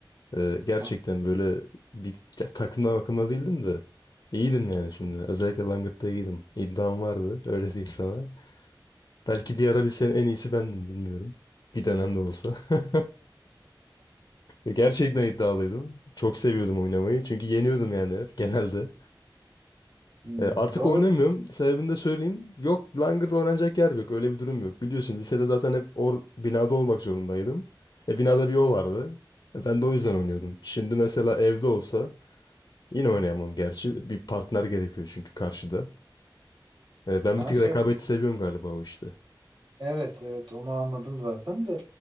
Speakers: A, on the left; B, on the right.
A: Ee, gerçekten
B: Heh.
A: böyle bir ya, takımdan bakımda değildim de iyiydim yani şimdi. Özellikle Langırt'ta iyiydim. İddiam vardı. <laughs> Öyle diyeyim sana. Belki bir ara lisenin en iyisi bendim bilmiyorum. Bir dönem de olsa. <laughs> Gerçekten iddialıydım. Çok seviyordum oynamayı. Çünkü yeniyordum yani hep genelde.
B: Hmm,
A: Ee, artık
B: doğru.
A: oynamıyorum. Sebebini de söyleyeyim. Yok Langırt oynanacak yer yok. Öyle bir durum yok. Biliyorsun lisede zaten hep or binada olmak zorundaydım. E binada bir o vardı. E, ben de o yüzden oynuyordum. Şimdi mesela evde olsa Yine oynayamam gerçi. Bir partner gerekiyor çünkü karşıda. E, ben
B: Ben
A: bir tık
B: söyleyeyim.
A: rekabeti seviyorum galiba o işte.
B: Evet evet onu anladım zaten de